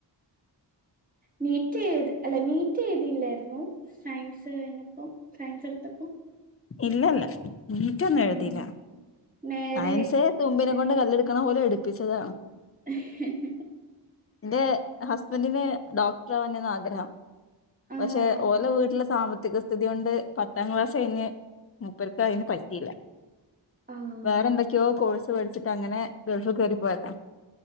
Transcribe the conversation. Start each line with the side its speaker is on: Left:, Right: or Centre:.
Right: നീറ്റ്ത് അല്ല നീറ്റ് എഴുതിയില്ലായിരുന്നു സയൻസ് കഴിഞ്ഞപ്പോ സയൻസ് എടുത്തപ്പം
Left: ഇല്ലല്ല നീറ്റൊന്നും എഴുതീല്ല
Right: ഉം നേരെ
Left: സയൻസെ തുമ്പിനെ
Right: ഇതിന്
Left: കൊണ്ട് കല്ലെടുക്കണ പോലെ എടുപ്പിച്ചതാണ്
Right: <unintelligible>
Left: എന്റെ ഹസ്ബന്റിന് ഡോക്ടറാവാനാര്ന്നു ആഗ്രഹം
Right: ആഹ്
Left: പക്ഷെ ഓലെ വീട്ടില സാമ്പത്തിക സ്ഥിതി കൊണ്ട് പത്താം ക്ലാസ് കഴിഞ്ഞ് മുപ്പർക്കയിന് പറ്റിയില്ല
Right: ആഹ്
Left: വേറെന്തൊക്കെയോ കോഴ്സ് പഠിച്ചിട്ട് അങ്ങനെ ഗൾഫി കേറി പോയതാ